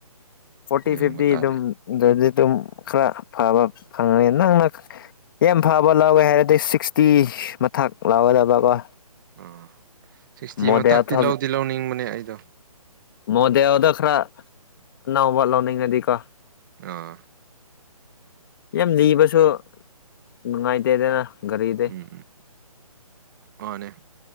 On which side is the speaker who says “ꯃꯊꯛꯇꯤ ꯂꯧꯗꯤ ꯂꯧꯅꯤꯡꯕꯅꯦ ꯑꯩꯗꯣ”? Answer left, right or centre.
Right